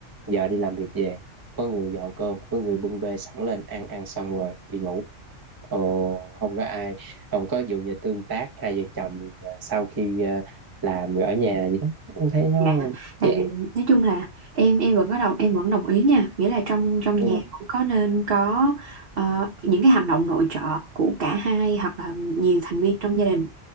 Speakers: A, on the right; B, on the right.
A: vợ đi làm việc về có người dọn cơm có người bưng bê sẵn lên ăn ăn xong rồi đi ngủ ồ không có ai không có dụ như tương tác hai vợ chồng à, sau khi à, làm rồi ở nhà gì đó Em thấy nó
B: Dạ, tại
A: chán
B: vì nói chung là em em vẫn có đồng em vẫn đồng ý nha, nghĩa là trong trong nhà
A: ừ
B: vẫn có nên có ờ, những cái hành động nội trợ của cả hai hoặc là nhiều thành viên trong gia đình.